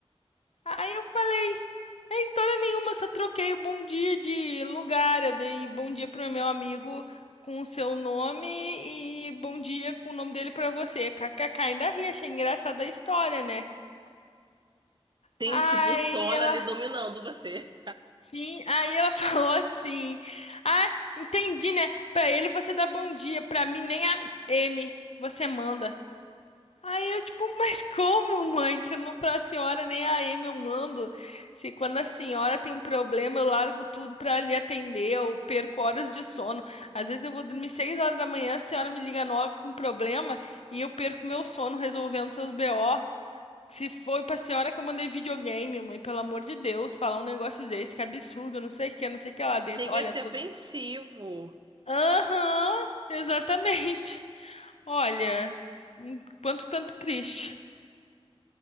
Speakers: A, on the left; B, on the right.
A: Aí eu falei. É história nenhuma, só troquei o bom dia de lugar. Eu dei bom dia pro meu amigo com o seu nome e bom dia com o nome dele pra você. KKK, ainda ri, achei engraçada a história, né?
B: Tem
A: Aí
B: tipo o sono
A: ela,
B: ali dominando você.
A: sim, aí ela <laughs> falou assim: Ah, entendi, né? Pra ele você dá bom dia, pra mim nem a M, você manda. Aí eu, tipo, <laughs> mas como, mãe? Que não pra senhora nem a Amy eu mando. Se quando a senhora tem um problema, eu largo tudo pra lhe atender, eu perco horas de sono. Às vezes eu vou dormir seis horas da manhã, a senhora me liga nove com problema e eu perco meu sono resolvendo seus BO. Se foi pra senhora que eu mandei videogame, mãe, pelo amor de Deus, falar um negócio desse, que absurdo, não sei o que, não sei o
B: <laughs>
A: que lá dentro.
B: Chega
A: Olha,
B: a ser
A: tudo.
B: ofensivo.
A: Aham, exatamente. <laughs> Olha, um quanto tanto triste.